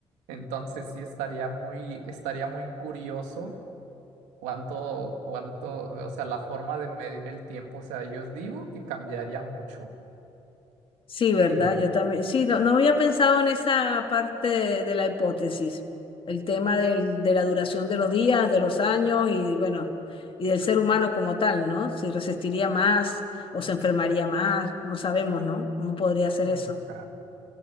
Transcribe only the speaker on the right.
Entonces sí estaría muy, estaría muy curioso cuánto, cuánto, o sea, la forma de medir el tiempo. O sea, yo os digo que cambiaría mucho.
Y,
ajá.